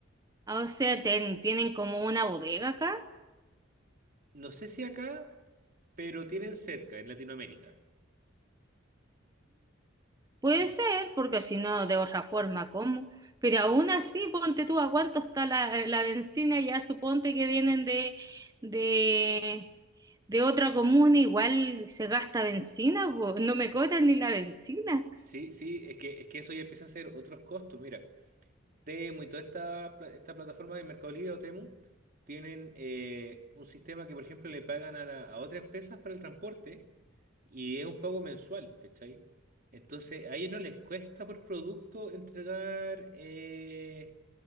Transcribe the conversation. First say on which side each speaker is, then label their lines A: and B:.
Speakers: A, on the right (about 20°); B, on the right (about 45°).
A: O sea, ten- tienen como una bodega acá.
B: No sé si acá, pero tienen cerca en Latinoamérica.
A: Puede
B: En-
A: ser, porque si no, de otra forma, ¿cómo? Pero aún así, ponte tú a cuánto está la, la bencina, ya suponte que vienen de, de, de otra comuna, igual se gasta bencina, po, no me cobran ni la bencina.
B: Sí, sí, es que, es que eso ya empieza a ser otros costos. Mira, Temu y toda esta, pla- esta plataforma de Mercado Libre o Temu tienen eh, un sistema que, por ejemplo, le pagan a, la- a otras empresas para el transporte y es un pago mensual, ¿cachai? Entonces, a ellos no les cuesta por producto entregar. eh,